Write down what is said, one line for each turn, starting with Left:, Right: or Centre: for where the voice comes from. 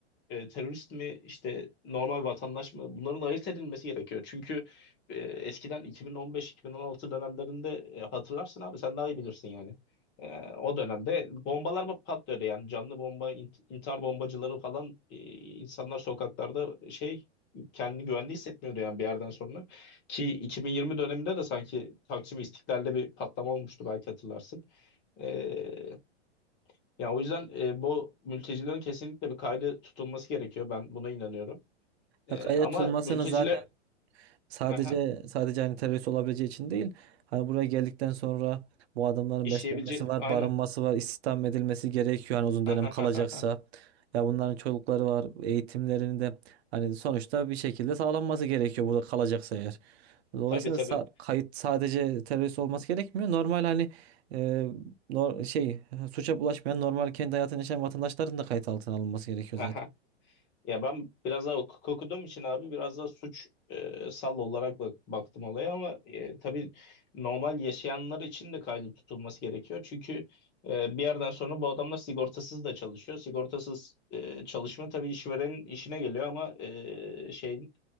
Left: e, terörist mi işte normal vatandaş mı bunların ayırt edilmesi gerekiyor. Çünkü e, eskiden 2015-2016 dönemlerinde e, hatırlarsın abi sen daha iyi bilirsin yani. E, o dönemde bombalar mı patlıyordu yani canlı bomba, int- intihar bombacıları falan e, insanlar sokaklarda şey kendini güvende hissetmiyordu yani bir yerden sonra. Ki 2020 döneminde de sanki Taksim İstiklal'de bir patlama olmuştu belki hatırlarsın. Ee, yani o yüzden e, bu mültecilerin kesinlikle bir kaydı tutulması gerekiyor. Ben buna inanıyorum. Ee,
Right: Ya kayda
Left: ama
Right: tutulmasını
Left: mülteciler
Right: zaten Sadece
Left: Aha,
Right: sadece hani terörist olabileceği için değil. Hani buraya geldikten sonra bu adamların
Left: işleyebileceği
Right: beslenmesi var,
Left: aynen.
Right: barınması
Left: <laughs>
Right: var, istihdam edilmesi gerekiyor hani uzun
Left: Aha,
Right: dönem kalacaksa. Ya bunların çocukları var, eğitimlerini de hani sonuçta bir şekilde sağlanması gerekiyor burada kalacaksa eğer. Dolayısıyla
Left: Tabii tabii.
Right: sa- kayıt sadece terörist olması gerekmiyor. Normal hani e, nor- şey suça bulaşmayan normal kendi hayatını yaşayan vatandaşların da kayıt altına alınması gerekiyor
Left: <laughs> Ya ben biraz daha hukuk okuduğum için abi biraz daha suç e, sal olarak bak- baktım olaya ama e, tabii normal yaşayanlar için de kaydı tutulması gerekiyor. Çünkü e, bir yerden sonra bu adamlar sigortasız da çalışıyor. Sigortasız e, çalışma tabii işverenin işine geliyor ama e, şeyin